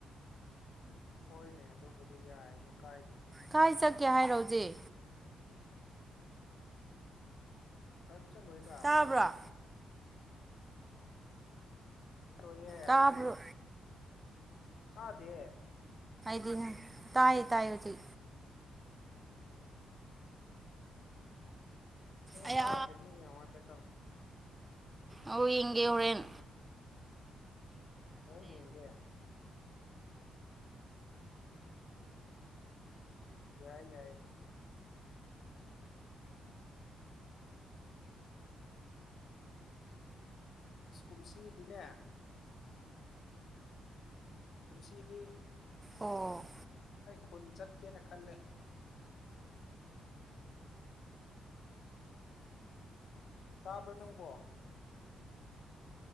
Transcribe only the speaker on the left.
ꯍꯣꯏꯅꯦ ꯑꯗꯨꯕꯨꯗꯤ ꯌꯥꯏꯅꯦ ꯀꯥꯏ
ꯀꯔꯝ ꯆꯠꯂꯣꯏꯗ
ꯂꯣꯏꯌꯦꯦ
ꯍꯧꯖꯤꯛ ꯑꯥꯗꯦ
ꯎꯝ ꯀꯩꯅꯣ
ꯊꯥꯈꯤꯕꯅꯤ ꯍꯥꯏꯐꯦꯠꯇꯪ
ꯍꯣꯏꯅꯤ ꯌꯦꯡꯒꯦ ꯌꯥꯏ ꯌꯥꯏ ꯑ ꯀꯨꯝꯁꯤꯗꯤꯅꯦ ꯀꯟꯁꯤꯗꯤ
ꯑꯩ ꯈꯨꯟ ꯆꯠꯀꯦꯅ ꯈꯜꯂꯦ ꯇꯥꯕꯔꯅꯀꯣ